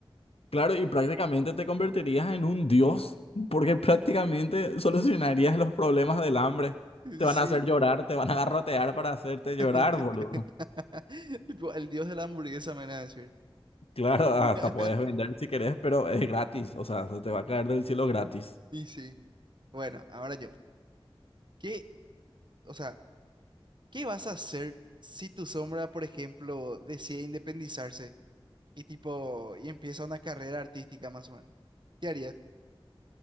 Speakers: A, on the left; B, on the right.
A: Claro, y prácticamente te convertirías en un dios, porque prácticamente solucionarías los problemas del hambre.
B: <laughs>
A: Te van
B: Sí,
A: a hacer llorar, te van a garrotear para hacerte llorar,
B: <laughs>
A: boludo.
B: tipo, el dios de la hamburguesa me van a decir.
A: Claro, hasta
B: <laughs>
A: puedes vender si querés, pero es gratis, o sea, se te va a caer del cielo gratis.
B: Y sí, bueno, ahora yo. ¿Qué, o sea, qué vas a hacer si tu sombra, por ejemplo, decide independizarse? y tipo, y empieza una carrera artística más o menos. ¿Qué harías?